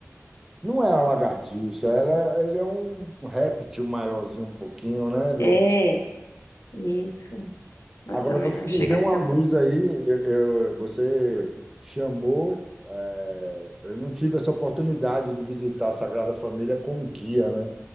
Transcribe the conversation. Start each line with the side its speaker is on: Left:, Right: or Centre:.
Centre: Não é a lagartixa, ela, é, ele é um réptil maiorzinho um pouquinho, né?
Left: É, isso. Mas
Centre: Agora
Left: também
Centre: você
Left: não chega
Centre: me deu
Left: a ser
Centre: uma
Left: um.
Centre: luz aí, eu, eu- você chamou, eh, eu não tive essa oportunidade de visitar a Sagrada Família com guia, né?